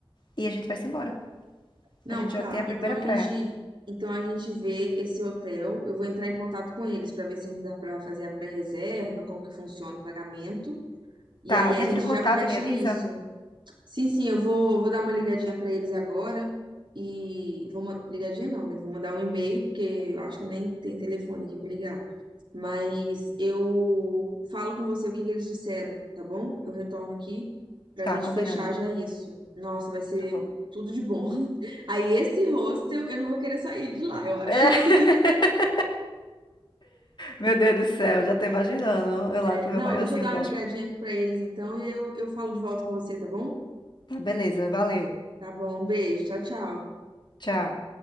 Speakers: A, on the left (about 55°); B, on the right (about 55°).
A: E a gente vai se embora.
B: Não,
A: A gente já
B: tá.
A: tem a primeira
B: Então a
A: praia.
B: gente, então a gente vê esse hotel. Eu vou entrar em contato com eles para ver se a gente dá para fazer a pré-reserva, como que funciona o pagamento. E
A: Tá,
B: aí a
A: entre
B: gente
A: em contato
B: já fecha
A: e me avisa.
B: isso. Sim, sim, eu vou, vou dar uma ligadinha para eles agora e vou ma- ligadinha não, né? Vou mandar um e-mail porque eu acho que nem tem telefone aqui para ligar. Mas eu falo com você o que que eles disseram, tá bom? Eu retorno aqui pra
A: Tá,
B: gente
A: combinado.
B: fechar já isso. Nossa, vai ser
A: Tá bom.
B: tudo de bom. <laughs> Aí esse hostel, eu não vou querer sair de lá, eu acho.
A: É,
B: <laughs>
A: <laughs> Meu Deus do céu, já tô imaginando. Eu
B: É,
A: lá com
B: não,
A: meu maiozinho
B: deixa eu dar
A: gospel.
B: uma ligadinha aqui pra eles então, e aí eu, eu falo de volta com você, tá bom?
A: Tá, beleza, valeu.
B: Tá bom, um beijo, tchau, tchau.
A: Tchau.